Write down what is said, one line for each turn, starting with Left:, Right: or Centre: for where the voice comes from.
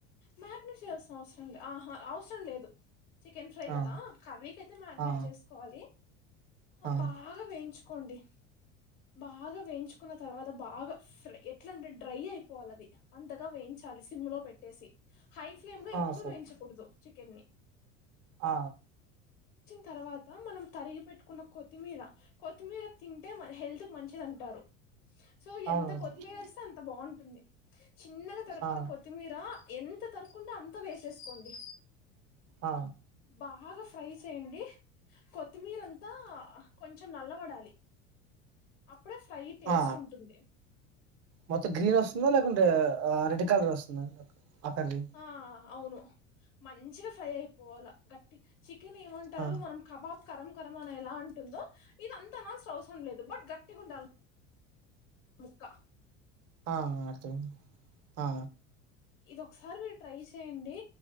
Left: మ్యారినేట్ చేయాల్సిన అవసరం ఆహ అవసరం లేదు చికెన్ ఫ్రై
Right: ఆ
Left: కదా కర్రీకి అయితే మ్యారినేట్
Right: ఆ
Left: చేసుకోవాలి
Right: ఆ
Left: బాగా వేయించు కొండి బాగా వేయించుకున్న తర్వాత బాగా ఫ్రై ఎట్లాంటే డ్రై అయిపోవాలి అది అంత కో వేయించాలి సిమ్ లో పెట్టేసి హై ఫ్లేమ్ లో
Right: ఆ
Left: ఎప్పుడూ
Right: సార్
Left: వేయించకూదు చి కెన్ని
Right: ఆ
Left: తరవాత మనం తరిగి పెట్టుకున్న కొత్తిమీర కొత్తిమీర తింటే మ హెల్త్ కు మంచిదంటారు సో
Right: అవునవును
Left: ఎంత కొత్తిమీరేస్తే అంత బావుంటుంది చిన్నగా తరుక్కున్న
Right: ఆ
Left: కొత్తిమీర ఎంత తరుక్కుంటే అంత వేసేసుకోండి
Right: ఆ
Left: బాగ ఫ్రై చేయండి కొత్తిమీర అంతా కొంచెం నల్లబడాలి అప్పుడే ఫ్రై టేస్ట్
Right: ఆ
Left: ఉంటుంది
Right: మొత్తం గ్రీన్ వస్తుందా లేక టే రెడ్ కలర్ వస్తుందండి అతన్ని
Left: ఆ అవును మంచిగా ఫ్రై అయిపోవాల గట్టి చి <unintelligible> ఏమంటారు
Right: ఆ
Left: మనం కబాబ్ కరం గరం అని ఎలా అంటుందో ఇది అంత అనాల్సిన అవసరం లేదు బట్ గట్టిగా ఉండాలి ముక్క
Right: ఆ అర్థమైయింది ఆ
Left: ఇది ఒకసారి మీరు ట్రై చేయండి,